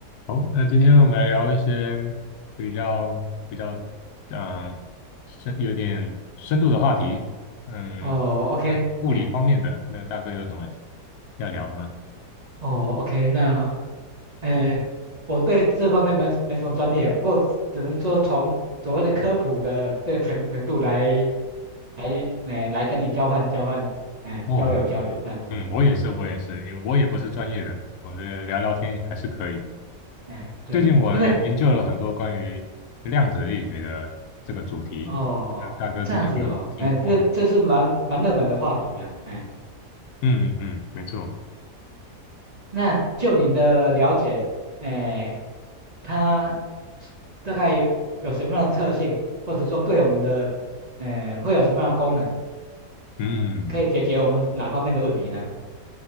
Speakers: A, on the left (about 75°); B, on the right (about 35°).
A: 好，那今天我们来聊一些比较比较嗯深有点深度的话题，嗯，
B: 哦，OK，
A: 呃物理方面的，
B: 哎，
A: 那大哥有什么要聊的吗？
B: 哦，OK，那，哎，我对这方面没没什么专业啊，不过只能说从所谓的科普的这个程程度来，来，来，来跟你交换交换，哎，
A: 哦，
B: 交流交流这样子，
A: 嗯，我也是，
B: 嗯，
A: 我也是，因为我也不是专业的，我觉得聊聊天还是可以。
B: 哎，对，
A: 最近我在研究了很多关于量子力学的这个主题，
B: 因为哦，
A: 那大哥之前有听过吗？
B: 这样子哦，哎，这这是蛮蛮热门的话题呀、哎。
A: 嗯嗯嗯，没错，
B: 那就您的了解，哎，它大概有有什么样的特性，或者说对我们的，呃，会有什么样的功能，
A: 嗯。
B: 可以解决我们哪方面的问题呢？